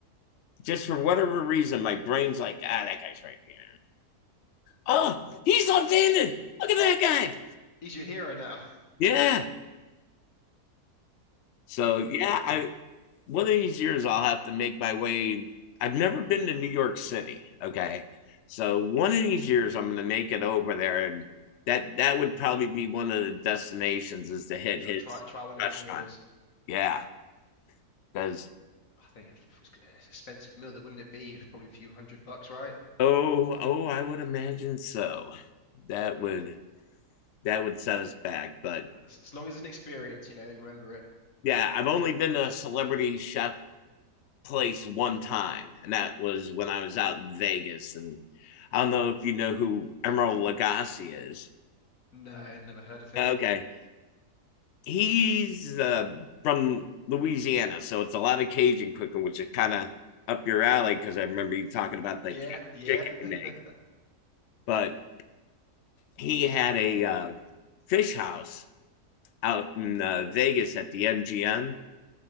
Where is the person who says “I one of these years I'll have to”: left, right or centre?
Left